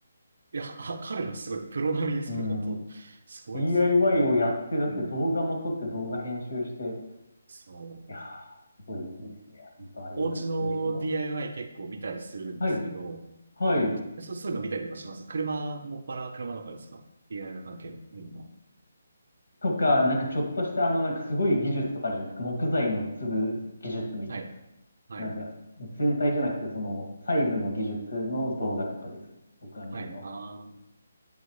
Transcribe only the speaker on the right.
いや、は彼らすごい、プロ並みですけど、
本当すごいですよね。
うん。そう。
お家の DIY 結構見たりするんですけど、
そう、そういうの見たりとかします。車、もっぱら車の中ですか ?DIY 関係の見るのは。
うん。
はい。はい。
はい。あー